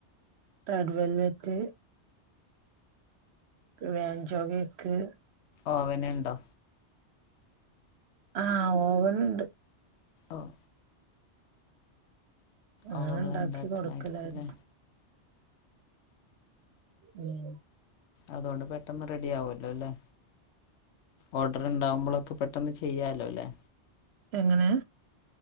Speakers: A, on the right (about 70°); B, on the left (about 80°).
A: റെഡ് വെൽവെറ്റ് വേൻചോ കേക്ക്
B: ഓവനിണ്ടോ
A: ആഹ് ഓവൻ ഇണ്ട്
B: ആഹ്
A: അങ്ങന
B: ഓവനിൽ
A: ഇണ്ടാക്കി
B: ഉണ്ടാക്കണായിരിക്കും
A: കൊടുക്കലായിരുന്നു
B: അല്ലേ
A: ഉം
B: അതുകൊണ്ട് പെട്ടെന്ന് റെഡി ആവല്ലോ അല്ലേ ഓർഡർ ഇണ്ടാവുമ്പളൊക്കെ പെട്ടെന്ന് ചെയ്യാലോല്ലേ
A: എങ്ങനെ